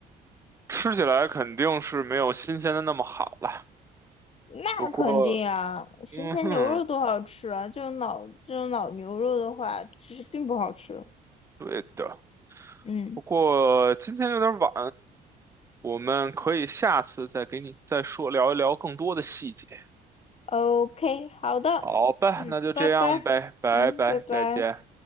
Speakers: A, on the right; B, on the left.
A: 吃起来肯定是没有新鲜的那么好了。
B: 那肯定啊，
A: 不过，
B: 新鲜牛肉多好吃啊！
A: 嗯哼，
B: 这种老这种老牛肉的话，其实并不好吃。
A: 对的。
B: 嗯
A: 不过今天有点晚，我们可以下次再给你再说聊一聊更多的细节。
B: ，OK，好的，
A: 好吧，
B: 嗯，
A: 那就这样呗，
B: 拜拜，
A: 拜拜，
B: 嗯，拜拜。
A: 再见。